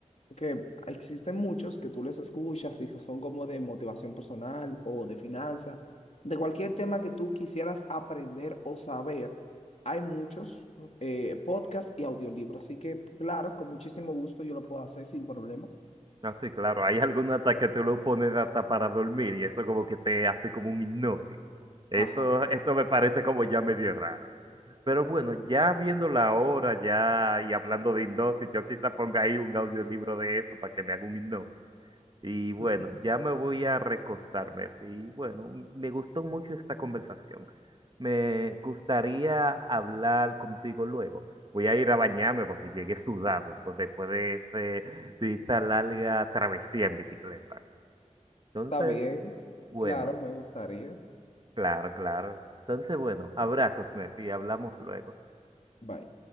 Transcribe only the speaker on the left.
porque existen muchos que tú les escuchas y que son como de motivación personal o de finanzas, de cualquier tema que tú quisieras aprender o saber, hay muchos eh, podcasts y audiolibros, así que claro, con muchísimo gusto yo lo puedo hacer sin problema.
Jaja,
sí.
<laughs>
Está bien,
claro, me gustaría.
Bye.